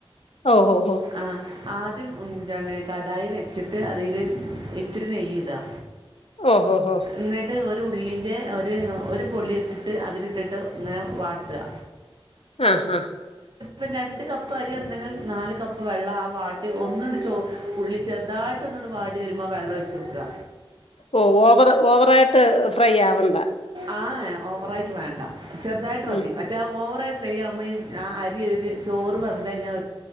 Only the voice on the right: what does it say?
ആ ആദ്യം ഇന്താണ് കടായി വെച്ചിട്ട് അതിൽ ഇത്തിരി നെയ്യ് ഇടുക
എന്നിട്ട് ഒരു ഉള്ളിറെ ഒരു ഒരു ഒരു പൊല്ലി ഇട്ടിട്ട് അതിലിട്ടിട്ട് ഇങ്ങനെ വാട്ടുക
ട്ട രണ്ട് കപ്പ് അരി അന്തങ്ങ നാല് കപ്പ് വെള്ളം ആ വാട്ടിൽ ഒന്നുകടി ച ഉുള്ളി ചെറുതായിട്ട് ഒന്നോടി വാടി വരുമ്പോ ആ വെള്ള ഒഴിച്ചച്ച് കൊടുക്കുക
ആഹ ഓവറായിട്ട് വേണ്ട ചെറുതായിട്ട് മതി
മറ്റേ ഓവറായി് ശ്രീ അമ്മ ആ അരി ഒരു ചോറ് വന്ന കഴിഞ്ഞാൽ